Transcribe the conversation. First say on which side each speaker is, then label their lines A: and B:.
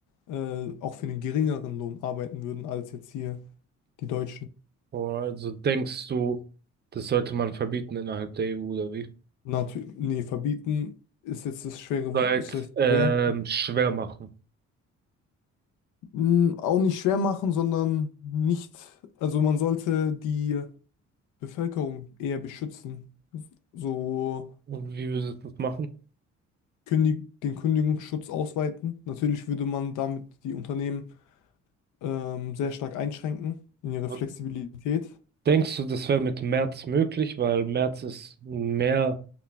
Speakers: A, on the left (about 80°); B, on the right (about 35°).
A: äh, auch für einen geringeren Lohn arbeiten würden als jetzt hier die Deutschen.
B: Also denkst du, das sollte man verbieten innerhalb der EU oder wie?
A: Natürlich, nee, verbieten ist jetzt das schwere,
B: Seit
A: ist jetzt
B: ähm,
A: schwer.
B: schwer machen.
A: Mm, auch nicht schwer machen, sondern nicht, also man sollte die Bevölkerung eher beschützen. So
B: Und wie würdest du das machen?
A: kündig, den Kündigungsschutz ausweiten. Natürlich würde man damit die Unternehmen ähm, sehr stark einschränken in ihrer
B: Und
A: Flexibilität.
B: Denkst du, das wäre mit März möglich, weil März ist mehr